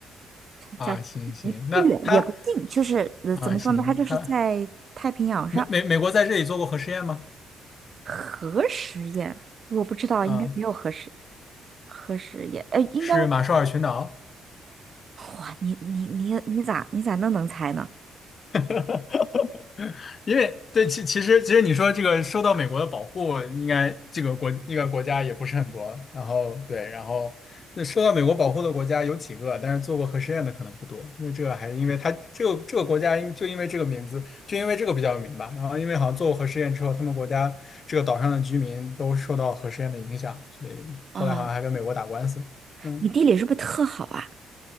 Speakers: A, on the left; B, on the right.
A: 啊，
B: 叫什么你不远也不近，
A: 行行，那它
B: 就是呃怎么说呢？
A: 啊行，
B: 它就是在太平洋上。
A: 它。美美美国在这里做过核试验吗？
B: 核实验，我不知道，
A: 啊，
B: 应该没有核实核实验，呃，应该。
A: 是马绍尔群岛。
B: 哇，你你你你咋你咋那能猜呢？
A: <laughs> 因为对，其其实其实你说这个受到美国的保护，应该这个国那个国家也不是很多。然后对，然后那受到美国保护的国家有几个，但是做过核试验的可能不多。因为这个还因为它这个这个国家因就因为这个名字，就因为这个比较有名吧。然后因为好像做过核试验之后，他们国家这个岛上的居民都受到核试验的影响，所以后来好像还跟美国打官司。
B: 啊，
A: 嗯，
B: 你地理是不是特好啊？